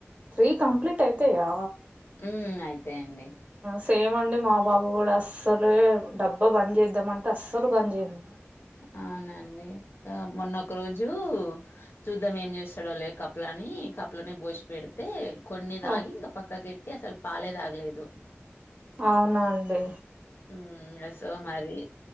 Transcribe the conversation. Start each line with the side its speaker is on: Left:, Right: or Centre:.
Right: త్రీ కంప్లీట్ అయితయా
Left: ఊ అయితయి అండి
Right: సేమ్ అండి మా బాబు గూడా అస్సలే డబ్బా బంద్ చేద్దాంమంటే అస్సలు బంద్ చేయనియడు.
Left: అవునా అండి మొన్న ఒక రోజూ. చూద్దాం ఏం చేస్తాడో లే కప్పులా అనీ కప్పులనే బోసి పెడితే. కొన్ని
Right: ఓ
Left: తాగి ఇంగ పక్కకి పెట్టి అసలు పాలే తాగలేదు.
Right: అవునా అండి
Left: ఊ ఇంగ సో మరి